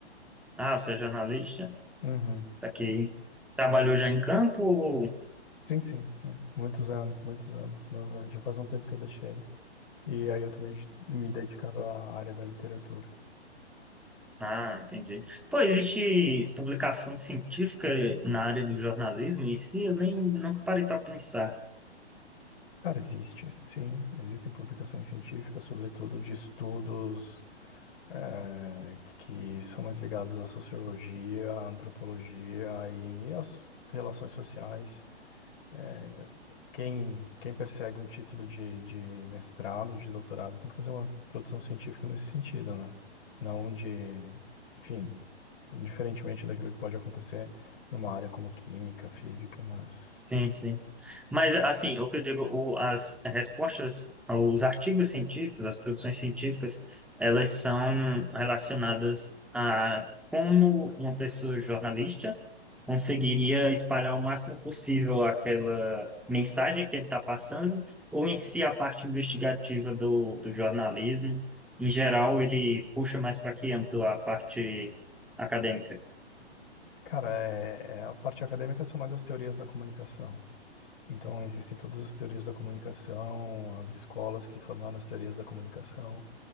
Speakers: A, in the centre; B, on the left.
A: Ah, você é jornalista?
B: Uhum.
A: Tá aqui. Trabalhou já em campo? ou-
B: Sim, sim, sim. Muitos anos, muitos anos, mas eh, já faz um tempo que eu deixei. E aí eu tô me, me dedicando à área da literatura.
A: Ah, entendi. Pô, existe publicação científica na área do jornalismo em si? Eu nem nunca parei para pensar.
B: Cara, existe, sim, existem publicações científicas, sobretudo de estudos. eh, que são mais ligados à sociologia, à antropologia e às relações sociais. Eh, quem, quem persegue um título de, de mestrado, de doutorado, tem que fazer uma produção científica nesse sentido, né? Não de, enfim, diferentemente daquilo que pode acontecer numa área como química, física, mas,
A: Sim, sim. Mas, assim, o que eu digo, o- as respostas, os artigos científicos, as produções científicas, elas são relacionadas a como uma pessoa jornalista conseguiria espalhar o máximo possível aquela mensagem que ele está passando, ou em si a parte investigativa do, do jornalismo. Em geral, ele puxa mais para que âmbito a parte acadêmica.
B: cara, é, é- a parte acadêmica são mais as teorias da comunicação. Então, existem todas as teorias da comunicação, as escolas que formaram as teorias da comunicação,